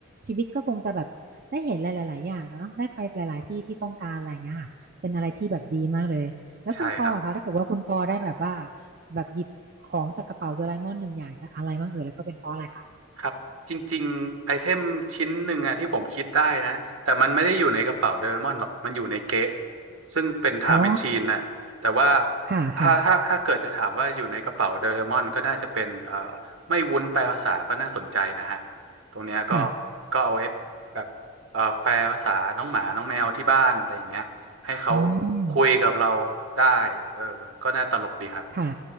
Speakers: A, on the right (about 40°); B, on the right (about 65°).
A: ชีวิตก็คงจะแบบได้เห็นหลายๆอย่างอะเนาะได้ไปหลายๆที่ที่ต้องการอะไรอย่างเงี้ยค่ะเป็นอะไรที่แบบดีมากเลยแล้วคุณปอคะถ้าเกิดว่าคุณปอได้แบบว่า
B: ใช่ครับ
A: แบบหยิบของจากกระเป๋าโดราเอมอนหนึ่งอย่างจะอะไรบ้างเอ่ยแล้วก็เป็นเพราะอะไรคะ
B: ครับจริงๆไอเทมชิ้นหนึ่งอะที่ผมคิดได้นะแต่มันไม่ได้อยู่ในกระเป๋าโดเรมอนหรอกมันอยู่ในเก๊ะซึ่งเป็นไทม์แมชชีนน่ะแต่ว่า
A: อ๋อค่ะค่ะ
B: ถ้าถ้าถ้าเกิดจะถามว่าอยู่ในกระเป๋าโดเรมอนก็น่าจะเป็นเอ่อไม่วุ้นแปลภาษาก็น่าสนใจนะฮะตรงเนี้ยก็
A: ค่ะ
B: ก็เอาไว้แบบเอ่อแปลภาษาน้องหมาน้องแมวที่บ้านอะไรอย่างเงี้ยให้เขา
A: อืม
B: คุยกับเราได้เออก็น่าตลกดีครับ
A: ค่ะ